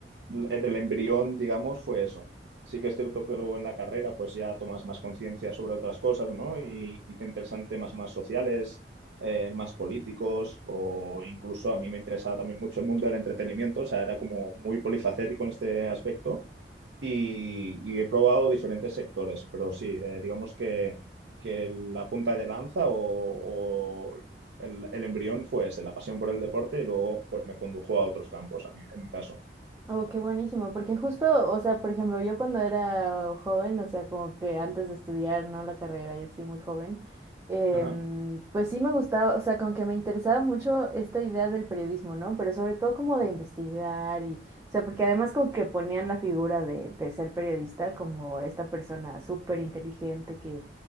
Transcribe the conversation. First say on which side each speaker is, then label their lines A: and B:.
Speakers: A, on the right; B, on the right.
A: eh, del embrión, digamos, fue eso. Sí que es cierto que luego en la carrera pues ya tomas más conciencia sobre otras cosas, ¿no? Y, y te interesan temas más sociales, eh, más políticos o incluso a mí me interesaba también mucho el mundo del entretenimiento, o sea, era como muy polifacético en este aspecto y, y he probado diferentes sectores, pero sí, eh, digamos que, que la punta de lanza o, o el, el embrión fue ese, la pasión por el deporte y luego pues me condujo a otros campos, a mí, en mi caso.
B: Oh, qué buenísimo, porque justo, o sea, por ejemplo, yo cuando era joven, o sea, como que antes de estudiar, ¿no? La carrera, yo sí muy joven, em,
A: Ajá.
B: pues sí me gustaba, o sea, con que me interesaba mucho esta idea del periodismo, ¿no? Pero sobre todo como de investigar y, o sea, porque además como que ponían la figura de, de ser periodista como esta persona súper inteligente que,